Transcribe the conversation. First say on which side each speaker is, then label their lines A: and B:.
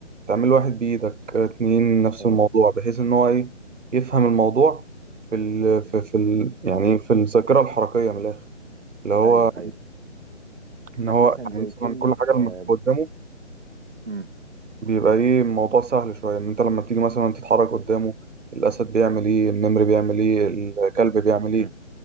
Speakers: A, on the right; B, on the right.
A: تعمل واحد بإيدك آه، اتنين نفس
B: آه.
A: الموضوع بحيث إن هو إيه يفهم الموضوع في ال
B: مم.
A: في في ال يعني في الذاكرة الحركية من الآخر اللي هو
B: ايوه ايوه
A: ان
B: م-
A: هو
B: مثلا زي
A: يعني مثلا
B: كلمة
A: كل حاجه لما
B: آه،
A: بتبقى قدامه
B: مم،
A: بيبقى ايه الموضوع سهل شويه ان انت لما بتيجي مثلا تتحرك قدامه الاسد بيعمل ايه النمر بيعمل ايه الكلب بيعمل ايه
B: مم،